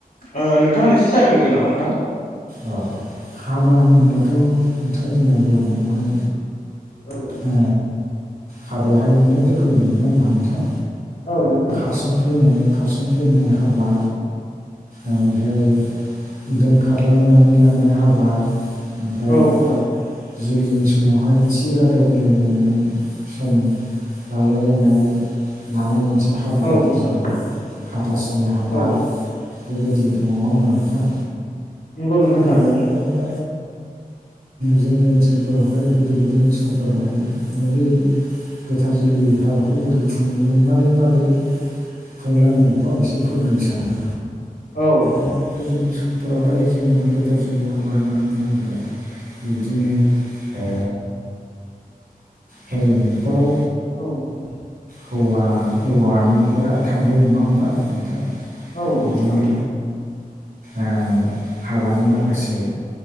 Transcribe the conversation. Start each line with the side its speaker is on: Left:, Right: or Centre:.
Left: ओ नोंथाङानो एसे जागायग्रदो नामा नोंथां
Right: अ हाबा होनोब्लाथ' नोंथाङा जोंना बर'नियावहाय
Left: औ
Right: ओ हाबायाहाय अनेक रोखोम दं नङा होमब्ला नोंथां?
Left: औ नों
Right: खारसनफैनाय खारसनफैनाय हाबा ओमफ्राय दोनखारलायनानै लांनाय हाबा ओमफाय
Left: औ नोंथां
Right: जुलिनि समावहाय थि रादाय होलायलायनानै सम लालायलायनाय लानाय मोनसे हाबा
Left: औ
Right: गोथारजुलि,
Left: नोंथां
Right: हाथासिनि हाबा
Left: औ
Right: बेबायदि दङ नङा होमबा नोंथाय
Left: नंगौ नोंथां
Right: बेमफ्राय
Left: थारैनो
Right: गियावनो जोंनि ओनसोलफोरावहाय गोदो गोदायनि समफोरावहाय माने बे गोथार जुलि हाबाखौ बोरै खुङोमोन मारै माबोरै खुंलाङो बेखौ आं एसे फोरमायनो सानदों।
Left: औ
Right: दा गोदोनि सम फोरावहाय जोंनियावहाय गोथार जुलि हाबा होननानै बुङोब्ला बिदिनो ओ हिनजावनि न'खराव
Left: औ नोंथां
Right: हौवा हौवानि न'खरा थांग्राय नङा होमबा नोंथां
Left: औ नंगौ
Right: बिदिनो
Left: नोंथां
Right: ओ हाबानि माखासे